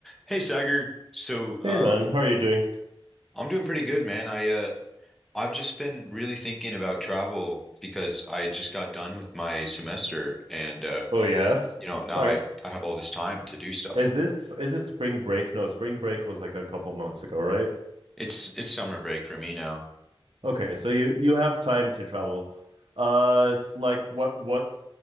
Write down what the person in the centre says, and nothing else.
Hey Sagar, so
um
I'm doing pretty good, man. I uh I've just been really thinking about travel because I just got done with my semester and uh
you know now
I I have all this time to do stuff.
It's it's summer break for me now.